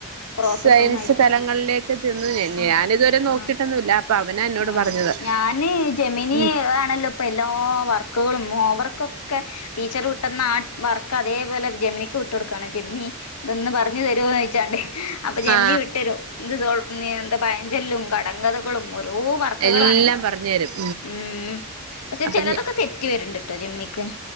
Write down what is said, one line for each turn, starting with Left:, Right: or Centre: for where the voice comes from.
Left: പ്രോസസിങ്
Right: സയൻസ്
Left: ആയിരിക്കും
Right: തലങ്ങളിലേക്ക് ചെന്ന
Left: ആഹ്
Right: ഞാനിതുവരെ നോക്കിട്ടൊന്നല്ല
Left: ആഹ്
Right: അപ്പൊ അവന എന്നോട്
Left: ആഹ്
Right: പറഞ്ഞത്.
Left: ഞാന് ജമിനീആണല്ലോ
Right: ഉം
Left: ഇപ്പ എല്ലാ വർക്കുകളും ഓവർക്ക് ടീച്ചർ വിട്ടന്ന ആ വർക്ക് അതേപോലെ ജമിനിക്ക് വിട്ടു കൊടുക്കുവാണ് ജെമിനി,, ഇതൊന്ന് പറഞ്ഞു തരുവോന്ന് ചോയ്ച്ചാണ്ടേ അപ്പൊ ജെമിനി
Right: ആ
Left: വിട്ട്, ഭയഞ്ചെല്ലും കട <unintelligible> ഓരോ വർക്കുകളാണേ
Right: എല്ലാം പറഞ്ഞു തരും
Left: ഉം. പക്ഷെ
Right: അപ്പൊ
Left: ചിലതൊക്കെ തെറ്റി വരണ്ട്ട്ടോ ജംനി ഓക്കെ.